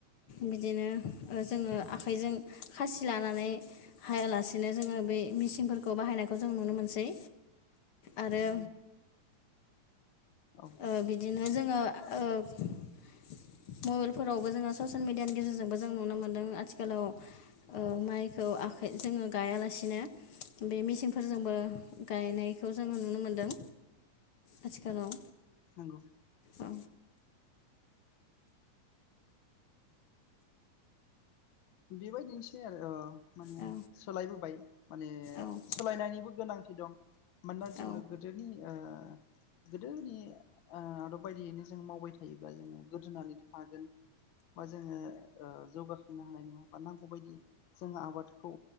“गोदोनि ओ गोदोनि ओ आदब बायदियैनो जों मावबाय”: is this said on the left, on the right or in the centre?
Left